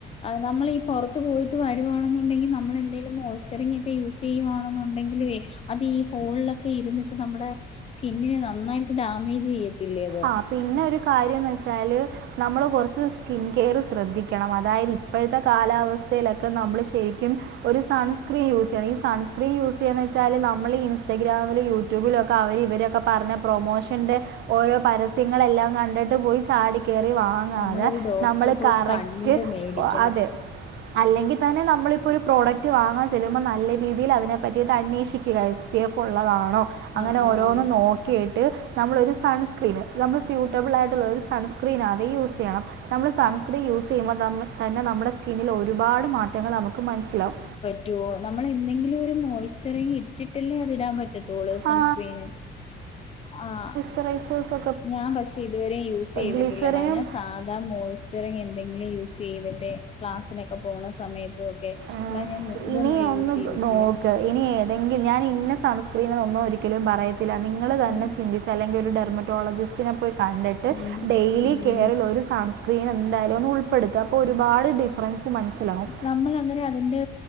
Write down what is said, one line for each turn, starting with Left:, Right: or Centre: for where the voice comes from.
Left: ആഹ് നമ്മള് ഈ പൊറത്ത് പോയിട്ട് വരുവാണെന്നുണ്ടെങ്കിൽ നമ്മൾന്തെലും മോയ്സ്ചറിംഗ് ഒക്കെ യൂസ് ചെയ്യവാണെന്നുണ്ടെങ്കിലേ അത് ഈ ഹോളിലൊക്കെ ഇരുന്നിട്ട് നമ്മുടെ സ്കിന്നിനെ നന്നായിട്ട് ഡാമേജ് ചെയ്യത്തില്ലേ ഇത്.
Right: ആ പിന്നെ ഒരു കാര്യംന്ന്ച്ചാല് നമ്മൾ കുറച്ച് സ്കിൻ കെയറ് ശ്രദ്ധിക്കണം അതായ പ്പോഴത്തെ കാലാവസ്ഥയിലൊക്കെ നമ്മള് ശരിക്കും ഒരു സൺ സ്ക്രീ യൂസ് ചെയ്യണം. ഈ സൺസ്ക്രിൻ യൂസ് ചെയ്യാന്ന് വച്ചാൽ നമ്മ ഇൻസ്റ്റഗ്രാംമില് യൂട്യു യൂട്യൂബിലൊക്കെ അവര് ഇവരൊക്കെ പറഞ്ഞ പ്രൊമോഷന്റെ ഓരോ പരസ്യങ്ങളെല്ലാം കണ്ടിട്ട് പോയി ചാടി, കേറി വാങ്ങാതെ
Left: നമ്മളൊരു ഡോക്ടറെ
Right: നമ്മള്
Left: പോയി
Right: കറക്റ്റ്
Left: കണ്ട് മേടിക്കണം
Right: അതെ. അല്ലെങ്കി തന്നെ നമ്മളിപ്പോ ഒരു പ്രോഡക്റ്റ് വാങ്ങാൻ ചെല്ലുമ്പോ നല്ല രീതിയിൽ അതിനെ പറ്റിയിട്ട് അന്വേഷിക്കുക എസ് പി എഫ് ഉള്ളതാണോ. അങ്ങനെ
Left: ആഹ് ആഹ്
Right: ഓരോന്ന് നോക്കിയിട്ട് നമ്മളൊരു സ് സൺസ്ക്രീന് നമ്മൾ സ്യൂട്ടബിൾ ആയിട്ടുള്ള ഒരു സൺസ്ക്രിൻ അതെ യൂസ് ചെയ്യണം. നമ്മൾ സൺസ്ക്രീൻ യൂസ്, ചെയുമ്പ തന്നെ നമ്മുടെ സ്കിന്നിൽ ഒരുപാട് മാറ്റങ്ങൾ നമുക്ക് മനസ്സിലാവും
Left: റ്റൊ നമ്മള് എന്തെങ്കിലും ഒരു മോയ്സ്റ്ററിങ്ങ് ഇട്ടിട്ടല്ലേ അത് ഇടാൻ പറ്റത്തൊ തോള് സൺസ്ക്രീന്
Right: ആ
Left: ആഹ്
Right: റൈസസ്
Left: ഞാൻ പക്ഷെ ഇതുവരെ യൂസ് ചെയ്തിട്ടില്ലടാ
Right: ഗ്ലിസറിനും
Left: ഞാൻ സാധാ മോയിസ്‌ റ്ററിങ്ങ് എന്തെങ്കിലും യൂസ് ചെയ്തിട്ടെ, ക്ലാസിനൊക്കെ പോണ സമയത്ത്, ‌ ക്കെ
Right: ആഹ്
Left: ഞാൻ ഇതൊന്നും
Right: ഇനി
Left: യൂസ്
Right: ഒന്ന്
Left: ചെയ്തിട്ടില്ല
Right: നോക്ക് ഇനി ഏതെങ്കിലും ഞാൻ ഇന്ന സൺസ്ക്രീനെന്നും ഒരിക്കലും പറയത്തില്ല നിങ്ങൾ തന്നെ
Left: ഉം
Right: ചിന്തിച്ച അല്ലെങ്കി ഒരു ഡെർമറ്റോളജിസ്റ്റിനെ പോയി കണ്ടിട്ട്
Left: ഉം
Right: ഡെയിലി
Left: ഉം
Right: കെയറിൽ ഒരു സൺസ്ക്രീൻ എന്തായാലുംന്ന് ഉൾപ്പെടുത്ത അപ്പോ ഒരുപാട് ഡിഫറൻസ് മനസ്സിലാാവും.
Left: നമ്മൾ അന്നേരം അതിന്റെ